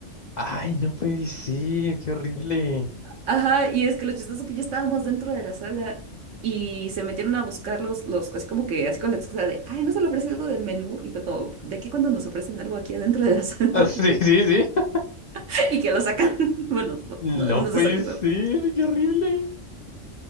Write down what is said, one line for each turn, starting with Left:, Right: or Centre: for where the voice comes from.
Left: Ay, no puede ser, qué horrible. <laughs>
Right: Ajá, y es que lo chistoso que ya estábamos dentro de la sala y se metieron a buscarlos, los, los- así como que, así con la excusa de, ay, no se le ofrece algo del menú. Y fue como, ¿de qué cuando nos ofrecen algo aquí adentro de la sala?
Left: Ah, Sí, sí, sí. <laughs>
Right: <laughs> Y que lo sacan. <laughs> Bueno, no,
Left: No
Right: no, no
Left: puede
Right: se salió eso.
Left: ser, qué horrible.